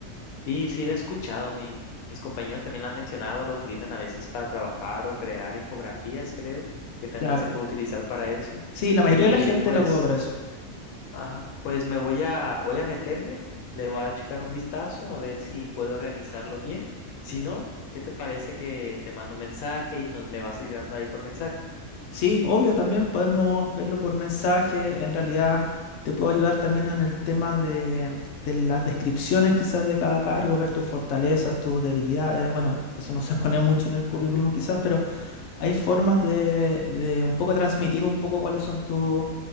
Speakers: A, on the left; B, on the left.
A: Y sí, la he escuchado. Mi- mis compañeros también la han mencionado. La utilizan a veces para trabajar o crear infografías, creo, que también
B: Claro.
A: se puede utilizar para eso.
B: Sí, la mayoría
A: Y
B: de la gente
A: pues.
B: la ocupa para eso.
A: Ajá, pues me voy a, voy a meterme, le voy a checar un vistazo a ver si puedo realizarlo bien. Si no, ¿qué te parece que te mando un mensaje y nos, me vas ayudando ahí por mensaje?
B: Sí, obvio, también podemos verlo por mensaje. En realidad, te puedo ayudar también en el tema de, de las descripciones quizás de cada cargo, ver tus fortalezas, tus debilidades. Bueno, eso no se pone mucho en el currículum quizás, pero hay formas de, de un poco transmitir un poco cuáles son tu-